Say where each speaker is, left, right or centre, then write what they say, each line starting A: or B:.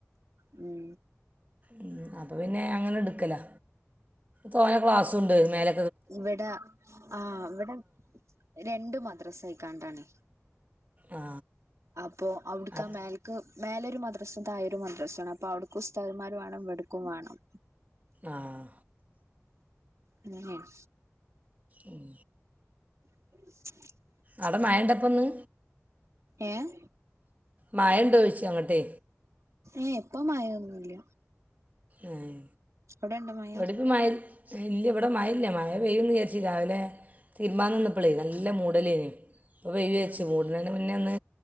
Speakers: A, on the right; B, on the right.
A: ഉം
B: ഉം അപ്പ പിന്നെ അങ്ങനെ എട്ക്കലാ തോനെ ക്ലാസ്സുണ്ട് മേല
A: ഇവ്ടെ ആഹ് ഇവ്ടെ രണ്ട് മദ്രസ ആയ്ക്കാണ്ടാണെ.
B: ആ
A: അപ്പൊ അവ്ടുക്കാ
B: അപ്
A: മെൽ ക്ക് മേലൊരു മദ്രാസും തായൊരു മദ്രാസും ആണ് അപ്പൊ അവ്ട്ക്ക് ഉസ്താദ്മാര് വാണം ഇവ്ട്ക്കും വാണം.
B: ആഹ്
A: ഉം <unintelligible>
B: ഉം
A: <inaudible>
B: അടെ മയണ്ടപ്പന്ന്
A: ഏഹ്
B: മയണ്ടോയ്ച്ചാ അങ്ങട്ടെ
A: ഏഹ് പ്പ മയൊന്നുല്ല.
B: ഏഹ്
A: അവ്ടെണ്ടോ മ
B: ഇവ്ട്പ്പ മയ് ഇല്ല ഇവ്ടെ മയ ഇല്ല മയ പെയ്യുന്ന് വിചാര്ച്ച് രാവിലെ തിരുമ്പാൻ നിന്ന പ്പളെ നല്ല മൂടലെനി പ്പ വെയില്
A: ഉം
B: വെച്ചു മൂട്ന്നയ്ന് മുന്നെ ഒന്ന്